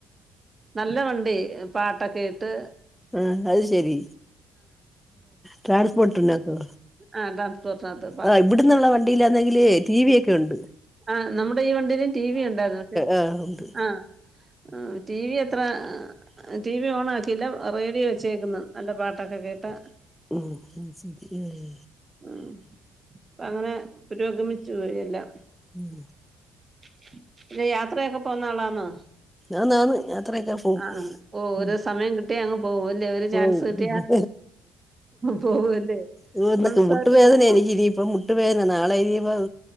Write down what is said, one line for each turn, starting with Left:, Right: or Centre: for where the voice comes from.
Right: നല്ലവണ്ടി പാട്ടൊക്കെയിട്ട്.
Centre: ഉം അത് ശെരി ട്രാൻസ്പോർട്ട്ണ്ടാക്ക്
Right: ആഹ് അതാണ്. കോസാത്ത്.
Centre: ആഹ് ഇവിട്ന്നുള്ള വണ്ടിയിലാന്നെങ്കില് ടി വി ഒക്കെണ്ട്.
Right: ആഹ് നമ്മുടെ ഈ വണ്ടിയിലും ടി വി ഉണ്ടായിരുന്നു
Centre: ആ ഉണ്ട്
Right: ആഹ്. ആഹ് ടി വി എത്ര. ടി വി ഓൺ ആക്കിയില്ല റേഡിയോ വെച്ചേക്കുന്നു നല്ല പാട്ടൊക്കെ കേട്ട്.
Centre: ഉം <unintelligible> ശെരി
Right: ഉം അ ങ്ങനെ പുരോഗമിച്ചു പോയെല്ലാം.
Centre: ഉം.
Right: <unintelligible> യാത്രയൊക്കെ പോന്നാളാന്നോ?
Centre: ആന്ന് ആന്ന് യാത്രയൊക്കെ പോവും
Right: ആഹ് ഓ ഓരോ
Centre: ഉം
Right: സമയം കിട്ടിയ അങ്ങ്. പോവല്ലേ ഒരു
Centre: പോവും
Right: ചാൻസ്കിട്ടിയ
Centre: പിന്നെ
Right: പോവല്ലേ.
Centre: <unintelligible>
Right: ഫ്രണ്ട്സായിട്ട്
Centre: ക്ക് മുട്ടുവേദന
Right: പോവോ
Centre: എനകിനിയിപ്പം മുട്ടുവേദന നാളെ ഇനിപ്പം